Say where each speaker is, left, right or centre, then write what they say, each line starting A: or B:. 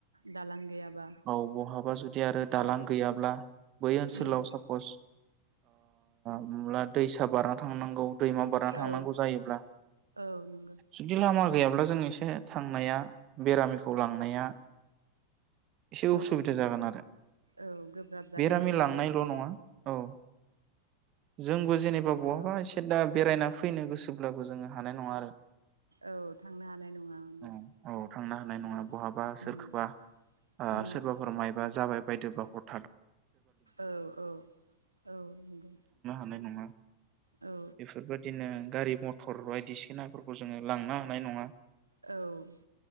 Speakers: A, on the right; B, on the right.
A: दालां गैयाबा
B: औ बहाबा जुदि आरो दालां
A: औ
B: गैयाब्ला बै ओनसोलाव
A: उम
B: सापस होब्ला दैसा बारना थांनांगौ दैमा बारना थांनांगौ
A: औ
B: जायोब्ला
A: औ नंगौ
B: जुदि लामा गैयाब्ला जों एसे थांनाया बेरामिखौ लांनाया एसे उसुबिदा
A: औ
B: जागोन आरो
A: औ गोब्राब जागोन
B: बेरामि
A: आरो माने
B: लांनायल' नङा औ जोंबो जेनेबा बहाबा
A: औ
B: एसे दा बेरायना फैनो गोसोब्लाबो जोङो हानाय नङा आरो
A: औ थांनो हानाय नङा माने
B: औ -औ थांनो हानाय
A: उम
B: नङा बहाबा
A: उम
B: सोरखौबा
A: उम
B: सोरबाफोर मायबा जाबाय बायदिब्ला हद
A: औ औ औ नंगौ
B: मोननाय नङा।
A: औ
B: बेफोरबायदिनो गारि मथर बायदिसिनाफोरखौ जोङो लांनो हानाय नङा।
A: औ